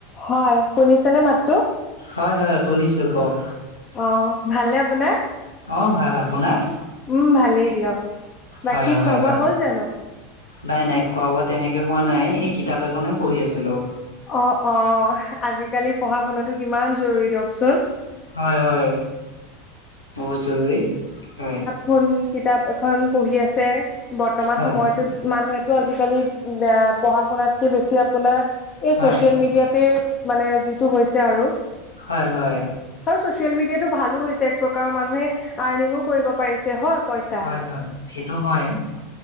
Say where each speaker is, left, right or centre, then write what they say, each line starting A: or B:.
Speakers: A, on the left (about 35°); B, on the left (about 80°).
A: হয়, শুনিছানে মাতটো?
B: হয়, হয় শুনিছো কওঁক।
A: অঁ, ভালনে আপোনাৰ?
B: অঁ ভাল, আপোনাৰ?
A: উম ভালেই দিয়ক। বাকী
B: হয়, হয়,
A: খোৱা
B: হয়,
A: বোৱা
B: হয়।
A: হ'ল জানো
B: নাই নাই খোৱা বোৱা তেনেকে হোৱা নাই, এই কিতাপ এখননেহে পঢ়ি আছিলোঁ।
A: অঁ, অঁ আজিকালি পঢ়া শুনাাটো কিমান জৰুৰী দিয়কচোন।
B: হয়, হয় বহুত জৰুৰী হয়।
A: কোন কিতাপ এখন পঢ়ি আছে বৰ্তমান
B: হয়
A: সময়টোত- মানুহেতো আজিকালি পঢ়া শুনাতকৈ বেছি আপোনাৰ এই
B: হয়
A: ছ'চিয়েল মিডিয়াতে- মানে যিটো হৈছে আৰু-
B: হয়, হয়।
A: আৰু ছচিয়েল মিডিয়াটো ভালো হৈছে, এক প্ৰকাৰৰ মানুহে আৰ্নিঙো কৰিব পাৰিছে হয়। পইচা
B: হয়, হয় সেইটো হয়,